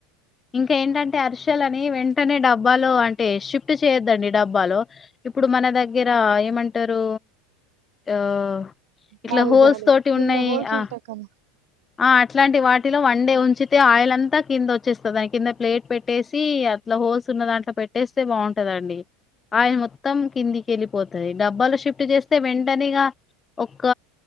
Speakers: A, on the left; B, on the right.
A: ఇంకా ఏంటంటే అర్షల్ ని వెంటనే డబ్బాలో అంటే షిఫ్ట్ అండి డబ్బాలో ఇప్పుడు మన దగ్గర ఏమంటరు ఆ ఇట్లా
B: జాలి
A: హోల్స్
B: జాలి
A: తోటి
B: కింద
A: ఉన్నాయి
B: హోల్స్
A: ఆ
B: ఉంటాయి కదా
A: ఆ అట్లాంటి వాటిలో వన్డే ఉంచి అయితే ఆయిల్ అంతా కింద వచ్చేస్తది, దాని కింద ప్లేట్ పెట్టేసి అట్లా హోల్స్ ఉన్న దాంట్లో పెట్టేస్తే బాగుం ంటదండి ఆయిల్ మొత్తం కిందికి వెళ్ళిపోతది, డబ్బాలు షిఫ్ట్ చేస్తే వెంటనే ఇగా, ఒక